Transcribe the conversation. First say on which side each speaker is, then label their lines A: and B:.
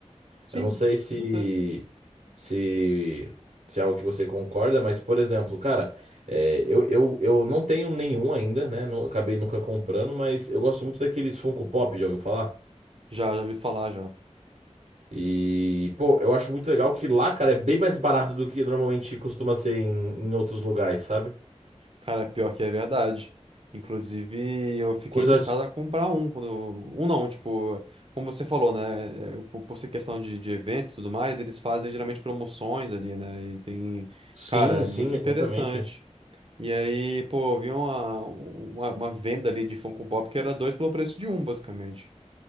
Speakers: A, on the right (about 50°); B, on the right (about 75°).
A: Sim,
B: Eu não sei se,
A: com certeza.
B: se, se é algo que você concorda, mas, por exemplo, cara, é, eu, eu, eu não tenho nenhum ainda, né? Não, acabei nunca comprando, mas eu gosto muito daqueles Funko Pop, já ouviu falar?
A: Já, já ouvi falar já.
B: E, pô, eu acho muito legal que lá, cara, é bem mais barato do que normalmente costuma ser em, em outros lugares, sabe?
A: Cara, pior que é verdade. Inclusive, eu fiquei
B: Coisa.
A: tentado a comprar um. Quando... Um não, tipo, como você falou, né? é, é, Por por ser questão de, de evento e tudo mais, eles fazem geralmente promoções ali, né? E tem.
B: Sim,
A: Cara, é
B: sim,
A: muito interessante.
B: exatamente.
A: E aí, pô, eu vi uma, uma, uma venda ali de Funko Pop que era dois pelo preço de um, basicamente.